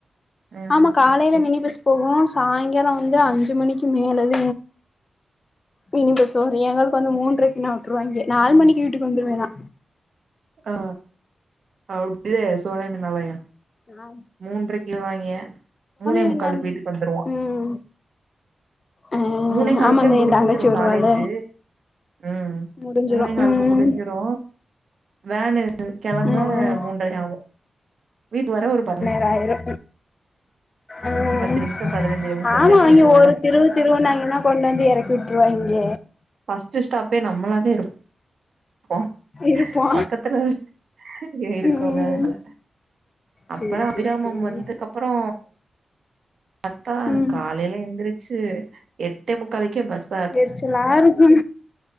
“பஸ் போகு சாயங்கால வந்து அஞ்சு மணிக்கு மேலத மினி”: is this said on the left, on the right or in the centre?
Left